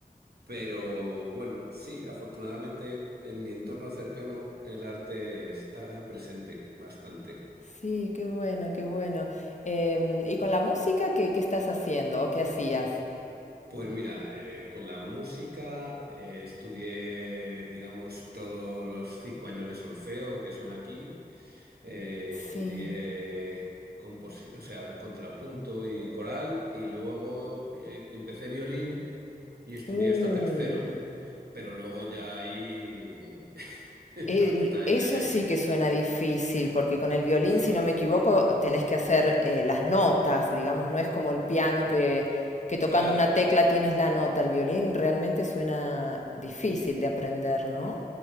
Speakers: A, on the right; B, on the left.
A: pero bueno, sí, afortunadamente en mi entorno cercano el arte está presente bastante.
B: sí, qué bueno, qué bueno. Em, ¿y con la música qué, qué estás haciendo o qué hacías?
A: Pues mira, eh, con la música eh, estudié, digamos, todos los cinco años de solfeo que son aquí. Eh,
B: Sí.
A: estudié composi- o sea, contrapunto y coral y luego eh, empecé violín y estudié
B: Uh.
A: hasta tercero, pero luego ya ahí <laughs>
B: El-
A: hasta ahí
B: eso
A: llegué.
B: sí que suena difícil, porque con el violín,
A: Sí,
B: si no me equivoco, tenés que hacer eh, las notas, digamos, no es como el piano que, que tocando
A: claro.
B: una tecla tienes la nota. El violín realmente suena difícil de aprender, ¿no?